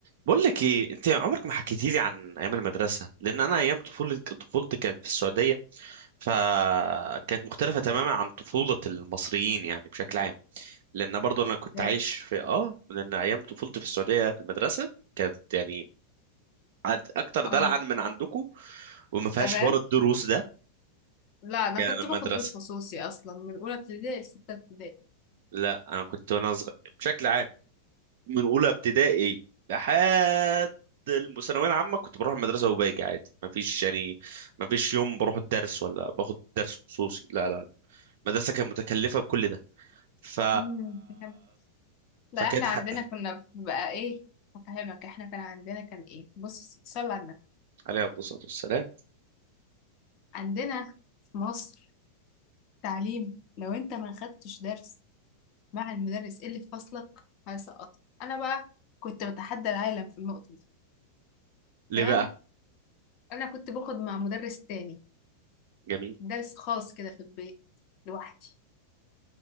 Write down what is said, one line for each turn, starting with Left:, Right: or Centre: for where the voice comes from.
Right: بقول لك ايه انت عمرك ما حكيتي لي عن ايام المدرسه لان انا ايام طفولتي طفولتي كانت في السعوديه فكانت مختلفه تماما عن طفوله المصريين يعني بشكل عام لان برضو انا كنت
Left: بجد
Right: عايش في اه لان ايام طفولتي في السعوديه في المدرسه كانت يعني عد- اكتر
Left: اه
Right: دلعا من عندكم وما فيهاش
Left: تمام
Right: حوار الدروس ده
Left: لا انا
Right: يعني
Left: كنت
Right: المدرسه
Left: باخد دروس خصوصي اصلا من اولى ابتدائي لسته ابتدائي
Right: لا انا كنت وانا صغير بشكل عام من اولى ابتدائي لحد الثانويه العامه كنت بروح المدرسه وباجي عادي ما فيش يعني ما فيش يوم بروح الدرس ولا باخد درس خصوصي لا لا المدرسه كانت متكلفه بكل ده ف
Left: مم، فهمت. لا
Right: فكانت
Left: احنا عندنا
Right: حق
Left: كنا بقى ايه هفهمك احنا كان عندنا كان ايه بص صلي على النبي
Right: عليه افضل الصلاه والسلام
Left: عندنا في مصر تعليم لو انت ما خدتش درس مع المدرس اللي في فصلك هيسقطك انا بقى كنت بتحدى العالم في النقطه دي
Right: ليه
Left: تمام
Right: بقى
Left: انا كنت باخد مع مدرس تاني
Right: جميل
Left: درس خاص كده في البيت لوحدي